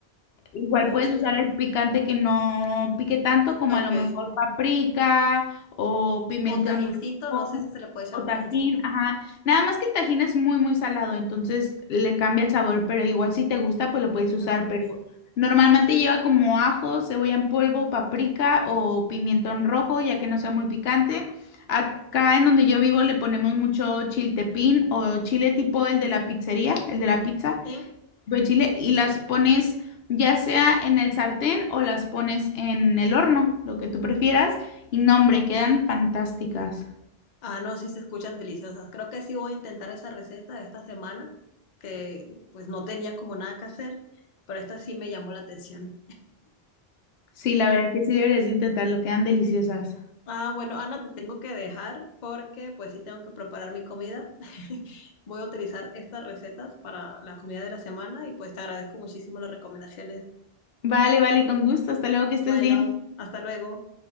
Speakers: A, on the left; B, on the left.
A: Igual
B: mm,
A: puedes usar el picante que no pique tanto, como
B: ok.
A: a lo mejor paprika o pimentón
B: O tajincito,
A: rojo
B: no sé si se le puede echar
A: o
B: tajincito.
A: tajín, ajá. Nada más que el tajín es muy, muy salado, entonces le cambia el sabor, pero igual si te gusta, pues lo puedes usar,
B: Ah,
A: pero
B: ok.
A: normalmente lleva como ajo, cebolla en polvo, paprika o pimentón rojo, ya que no sea muy picante. Acá en donde yo vivo le ponemos mucho chiltepín o chile tipo el de la pizzería, el de la pizza
B: Sí.
A: de chile y las pones ya sea en el sartén o las pones en el horno, lo que tú prefieras. Y no, hombre, quedan fantásticas.
B: Ah, no, sí se escuchan deliciosas. Creo que sí voy a intentar esa receta esta semana, que pues no tenía como nada que hacer, pero esta sí me llamó la atención.
A: Sí, la verdad que sí deberías de intentarlo, quedan deliciosas.
B: Ah, bueno, Ana, te tengo que dejar porque pues sí tengo que preparar mi comida. <laughs> Voy a utilizar estas recetas para la comida de la semana y pues te agradezco muchísimo las recomendaciones.
A: Vale, vale, con gusto. Hasta luego, que
B: Bueno,
A: estés bien.
B: hasta luego.